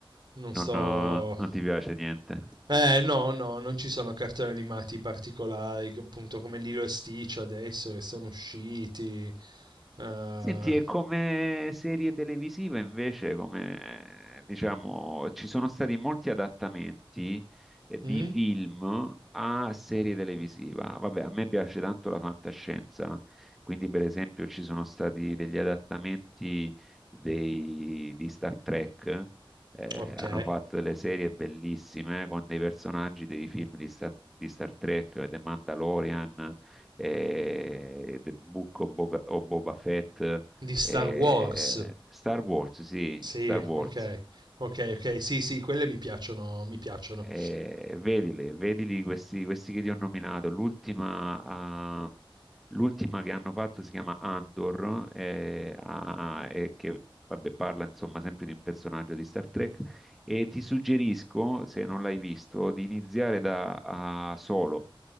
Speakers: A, on the right; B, in the centre.
A: non sto,
B: Non, eh, non ti piace niente.
A: eh, no, no, non ci sono cartoni animati particolari, che appunto come Lilo e Stitch adesso che sono usciti. Eh,
B: Senti, e come serie televisiva invece, come eh, diciamo, ci sono stati molti adattamenti eh, di
A: mm?
B: film a serie televisiva. Vabbè, a me piace tanto la fantascienza, quindi per esempio ci sono stati degli adattamenti dei- di Star Trek. eh,
A: Ok.
B: hanno fatto delle serie bellissime eh, con dei personaggi dei film di Star, di Star Trek, The Mandalorian. eh, The Book of Boga- of Boba Fett,
A: Di Star
B: eh,
A: Wars.
B: Star Wars, sì,
A: Sì,
B: Star Wars.
A: ok. Ok, ok. Sì, sì, quelle mi piacciono, mi piacciono.
B: Eh, vedili, vedili questi, questi che ti ho nominato. L'ultima ah, l'ultima che hanno fatto si chiama Andor, eh, ah, e che vabbè, parla insomma sempre di un personaggio di Star Trek. E ti suggerisco, se non l'hai visto, di iniziare da ah, Solo.